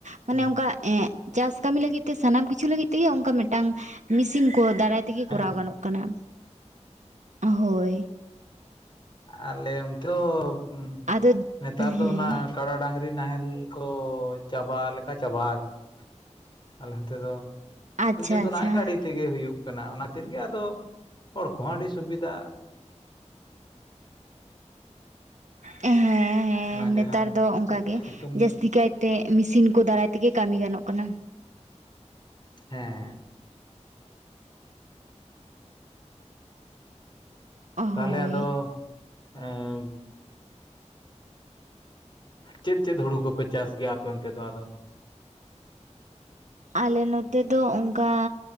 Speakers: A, on the right; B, on the left.
A: ᱢᱟᱱᱮ
B: ᱦᱮᱸ
A: ᱚᱱᱠᱟ ᱪᱟᱥ ᱠᱟᱹᱢᱤ ᱞᱟᱹᱜᱤᱫᱤᱫ ᱛᱮ ᱥᱟᱱᱟᱢ ᱠᱤᱪᱷᱩ ᱞᱟᱹᱜᱤᱫ ᱛᱮᱜᱮ ᱚᱱᱠᱟ ᱢᱤᱫᱴᱟᱝ ᱢᱮᱥᱤᱱ ᱠᱚ ᱫᱟᱨᱟᱭ ᱛᱮ ᱛᱮᱜᱮ ᱠᱚᱨᱟᱣ
B: ᱦᱮᱸ
A: ᱜᱟᱱᱚᱜ ᱠᱟᱱᱟ ᱦᱳᱭ
B: ᱟᱞᱮ <unintelligible>
A: ᱟᱫᱚ
B: ᱱᱮᱛᱟᱨ
A: ᱦᱮᱸ
B: ᱫᱚ ᱚᱱᱟ ᱠᱟᱰᱟ ᱰᱟᱝᱨᱤ ᱱᱟᱦᱮᱞ ᱠᱚ ᱪᱟᱵᱟ ᱞᱮᱠᱟ ᱪᱟᱵᱟ ᱟᱠᱟᱱᱟ ᱟᱞᱮ ᱱᱚᱱᱛᱮ ᱫᱚ
A: ᱟᱪᱪᱷᱟ
B: ᱡᱚᱛᱚᱱᱟᱜ
A: ᱟᱪᱪᱷᱟ
B: ᱜᱟᱹᱰᱤ ᱛᱮᱜᱮ ᱦᱩᱭᱩᱜ ᱠᱟᱱᱟ ᱚᱱᱟ ᱛᱤᱨ ᱜᱮ ᱟᱫᱚ ᱦᱚᱲ ᱠᱚᱦᱚᱸ ᱟᱹᱰᱤ ᱥᱩᱵᱤᱫᱷᱟ
A: ᱦᱮᱸ ᱦᱮᱸ
B: ᱚᱱᱟ
A: ᱱᱮᱛᱟᱨ
B: ᱡᱟᱦᱟᱸ
A: ᱫᱚ ᱚᱱᱠᱟ ᱜᱮ
B: ᱥᱤᱛᱩᱝ
A: ᱡᱟᱹᱥᱛᱤ ᱠᱟᱭᱛᱮ ᱢᱤᱥᱤᱱ ᱠᱚ ᱫᱟᱨᱟᱭ ᱛᱮᱜᱮ ᱠᱟᱹᱢᱤ ᱜᱟᱱᱚᱜ ᱠᱟᱱᱟ᱾
B: ᱦᱮᱸ ᱦᱮᱸ ᱛᱟᱦᱚᱞᱮ
A: ᱦᱳᱭ
B: ᱟᱫᱚ ᱮᱻ ᱪᱮᱫ ᱪᱮᱫ ᱦᱳᱲᱳ ᱠᱚᱯᱮ ᱪᱟᱥ ᱜᱮᱭᱟ ᱟᱯᱮ ᱚᱱᱛᱮ ᱫᱚ ᱟᱫᱚ?
A: ᱟᱞᱮ ᱱᱚᱛᱮ ᱫᱚ ᱚᱱᱠᱟ